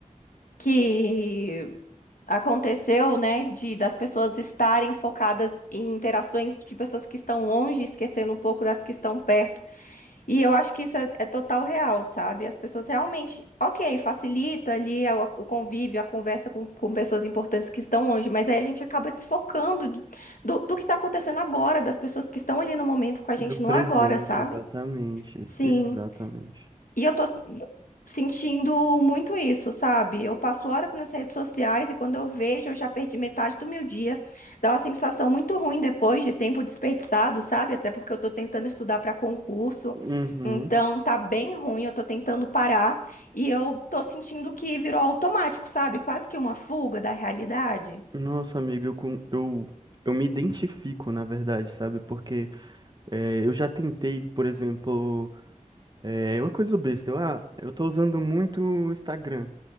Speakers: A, on the left; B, on the right.
A: que aconteceu, né, de das pessoas estarem focadas em interações de pessoas que estão longe, esquecendo um pouco das que estão perto. E eu acho que isso é, é total real, sabe? As pessoas realmente, ok, facilita ali a- o convívio, a conversa com, com pessoas importantes que estão longe, mas aí a gente acaba desfocando de- do, do que está acontecendo agora, das pessoas que estão ali no momento com a gente
B: do presente,
A: no agora, sabe?
B: exatamente.
A: Sim.
B: Exatamente.
A: E eu tô s- sentindo muito isso, sabe? Eu passo horas nas redes sociais e quando eu vejo, eu já perdi metade do meu dia. Dá uma sensação muito ruim depois de tempo desperdiçado, sabe? Até porque eu tô tentando estudar para concurso.
B: Uhum.
A: Então, tá bem ruim, eu tô tentando parar e eu tô sentindo que virou automático, sabe? Quase que uma fuga da realidade.
B: Nossa, amiga, eu, com- eu, eu me identifico, na verdade, sabe? Porque é, eu já tentei, por exemplo. É uma coisa besta. Eu, ah, eu tô usando muito o Instagram.